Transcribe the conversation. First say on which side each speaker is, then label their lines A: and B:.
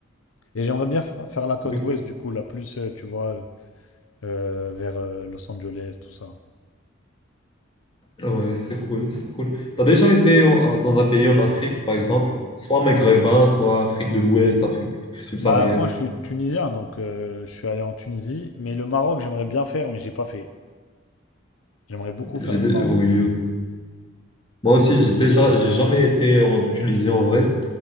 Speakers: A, on the left; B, on the left.
A: Et j'aimerais bien fa- faire la côte
B: Du coup,
A: ouest, du coup, la plus, euh, tu vois, euh, euh, vers euh, Los Angeles, tout ça.
B: ouais, c'est cool, c'est cool. T'as déjà été en- dans un pays en Afrique, par exemple, soit maghrébin, soit Afrique de l'Ouest, Afrique subsaharienne.
A: Bah, moi, je suis tunisien, donc euh, je suis allé en Tunisie. Mais le Maroc, j'aimerais bien faire, mais j'ai pas fait. J'aimerais beaucoup faire
B: J'ai dé-
A: le Maroc.
B: oui, oui. Moi aussi, j'ai déjà, j'ai jamais été en Tunisie en vrai.